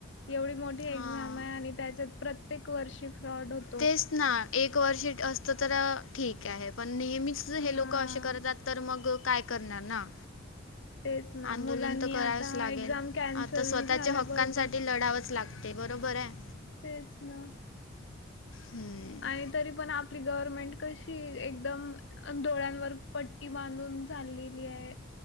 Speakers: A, on the left; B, on the left.
A: एवढी मोठी
B: हां
A: एक्झाम आहे आणि त्याच्यात प्रत्येक वर्षी फ्रॉड हो.
B: तेच ना एक असत तर ठीक आहे पण नेहमीच हे
A: हा
B: लोक करतात. तर मग काय करणार ना.
A: तेच ना
B: आंदोलन
A: मुलांनी
B: तर करावच
A: आता
B: लागेल
A: एक्झाम कॅन्सल
B: आता स्वतःच्या
A: झाल्याबरोबर
B: हक्कांसाठी लढावंच लागत. ते बरोबर आहे.
A: तेच ना.
B: हम्म.
A: आणि तरी पण आपली गव्हर्नमेंट कशी एकदम डोळ्यांवर पट्टी बांधून चालेली आहे.